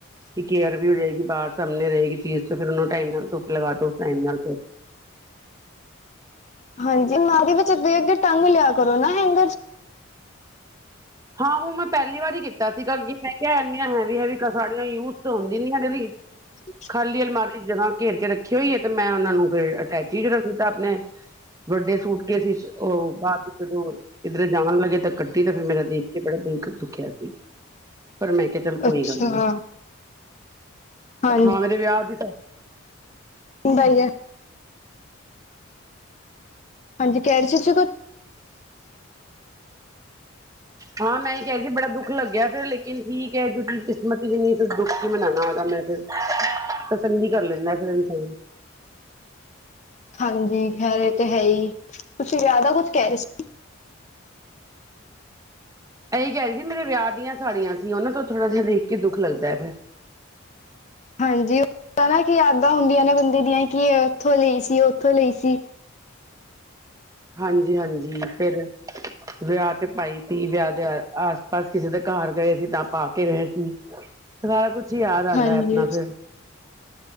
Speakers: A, on the right (about 15°); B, on the left (about 35°).
A: ਕਿ ਕੇਅਰ ਵੀ ਹੋ ਜਾਏਗੀ, ਬਾਹਰ ਸਾਹਮਣੇ ਰਹੇਗੀ ਚੀਜ਼, ਤੇ ਫਿਰ ਉਹਨੂੰ ਟਾਈਮ ਨਾਲ ਧੁੱਪ ਲਗਾ ਦੋ, ਉਸ ਟਾਈਮ ਨਾਲ ਫਿਰ
B: ਹਾਂਜੀ ਅਲਮਾਰੀ ਵਿੱਚ ਅੱਗੇ ਅੱਗੇੇ ਟੰਗ ਲਿਆ ਕਰੋ ਨਾ, ਹੇਗਰ ਵਿਚ
A: ਹਾਂ ਉਹ ਮੈਂ ਪਹਿਲੀ ਵਾਰ ਹੀ ਕੀਤਾ ਸੀਗਾ, ਮੈਂ ਕਿਹਾ ਇੰਨੀਆਂ ਹੈਵੀ ਹੈਵੀ ਸਾੜੀਆਂ ਯੂਜ ਤਾਂ ਹੁੰਦੀ ਨੀ, ਹੈ ਨਾ ਵੀ
B: ਹ <unintelligible>
A: ਖਾਲੀ ਅਲਮਾਰੀ ਜਗ੍ਹਾ ਘੇਰ ਕੇ ਰੱਖੀ ਹੋਈ ਹੈ, ਤੇ ਮੈਂ ਉਹਨਾਂ ਨੂੰ ਫਿਰ ਅਟੈਚੀ ਹੀ ਰਖ ਦਿਤਾ ਆਪਣੇ ਵੱਡੇ ਸੂਟਕੇਸ ਇਚ, ਉਹ ਬਾਅਦ ਚ ਜਦੋਂ, ਕਿੱਧਰੇ ਜਾਣਾ ਲੱਗੇ, ਤਾਂ ਕੱਡੀ, ਤਾਂ ਫਿਰ ਮੇਰਾ ਦੇਖ ਕੇ ਬੜਾ ਦਿਲ ਦੁਖਿਆ ਸੀ, ਪਰ ਮੈਂ ਕਿਹਾ ਚੱਲ ਕੋਈ
B: ਅੱਛਾ
A: ਗੱਲ ਨੀ
B: ਹਾਂਜੀ
A: ਹਾਂ ਮੇਰੇ ਵਿਆਹ ਦੀ
B: ਬਣ ਗਯਾ ਹਾਂਜੀ ਕਹਿ ਰਹੇ ਸੀ, ਤੁਸੀਂ ਕੁਛ
A: ਹਾਂ ਮੈਂ ਹੀ ਕੇਹਾ ਕਿ ਬੜਾ ਦੁੱਖ ਲੱਗਿਆ, ਫਿਰ ਲੇਕਿਨ ਠੀਕ ਹੈ, ਜੋ ਚੀਜ਼ ਕਿਸਮਤ ਚ ਨਹੀਂ, ਫਿਰ ਦੁੱਖ ਕੀ ਮਨਾਉਣਾ ਉਹਦਾ ਫਿਰ ਪਸੰਦ ਹੀ ਕਰ ਲੈਂਦਾ, ਫਿਰ ਇਹਨੂੰ
B: ਹਾਂਜੀ ਖੈਰ ਏ ਤੇ ਹੈ ਹੀ ਐ, ਤੁਸੀਂ ਜ਼ਿਆਦਾ ਕੁਝ ਕਹਿ ਰਹੇ ਸੀ।
A: ਇਹੀ ਕਹਿ ਰਹੇ ਸੀ ਮੇਰੇ ਵਿਆਹ ਦੀਆਂ ਸਾੜੀਆਂ ਸੀ, ਉਹਨਾਂ ਤੋਂ ਥੋੜ੍ਹਾ ਜਿਹਾ ਦੇਖ ਕੇ ਦੁੱਖ ਲੱਗਦਾ ਫਿਰ
B: ਹਾਂਜੀ, ਉਹ ਨਾ ਕਿ ਯਾਦਾਂ ਹੁੰਦੀਆਂ ਨੇ ਬੰਦੇ ਦੀਆਂ, ਕਿ ਇਹ ਉੱਥੋਂ ਲਈ ਸੀ, ਉੱਥੋਂ ਲਈ ਸੀ।
A: ਹਾਂਜੀ, ਹਾਂਜੀ ਫਿਰ ਵਿਆਹ ਤੇ ਪਾਈ ਸੀ, ਵਿਆਹ ਦੇ ਆਸ ਪਾਸ ਕਿਸੇ ਦੇ ਘਰ ਗਏ ਸੀ, ਤਾਂ ਪਾ ਕੇ ਗਏ ਸੀ। ਸਾਰਾ ਕੁਛ ਈ ਯਾਦ ਆਉਂਦਾ
B: ਹਾਂਜੀ
A: ਹੈ, ਆਪਣਾ ਫਿਰ